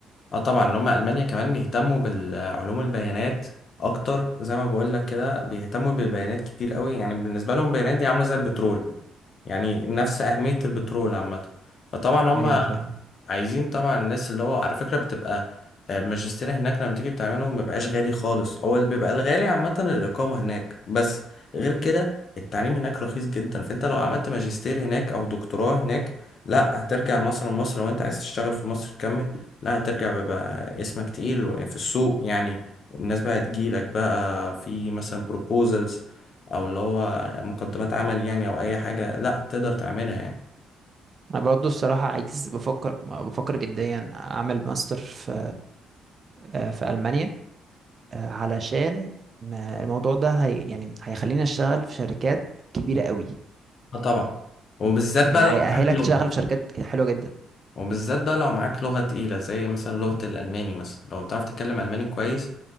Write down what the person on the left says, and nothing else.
اه طبعا ان هم المانيا كمان بيهتموا بالعلوم البيانات اكتر زي ما بقول لك كده بيهتموا بالبيانات كتير قوي يعني بالنسبه لهم البيانات دي عامله زي البترول يعني نفس اهميه البترول عامه فطبعا هم
عايزين طبعا الناس اللي هو على فكرة بتبقى آه، الماجستير هناك لما تيجي بتعمله ما بيبقاش غالي خالص هو اللي بيبقى الغالي عامة الإقامة هناك بس غير كده التعليم هناك رخيص جدا فأنت لو عملت ماجستير هناك أو دكتوراه هناك لا هترجع مثلا مصر لو أنت عايز تشتغل في مصر تكمل لا هترجع بيبقى اسمك تقيل و- في السوق يعني والناس بقى تجيلك بقى في مثلا بروبوزلز أو اللي هو مقدمات عمل يعني أو أي حاجة لا تقدر تعملها يعني
اه طبعا وبالذات
بقى لو
معاك لغة
وبالذات بقى لو معاك لغة تقيلة زي مثلا لغة
الألماني مثلا لو بتعرف تتكلم ألماني كويس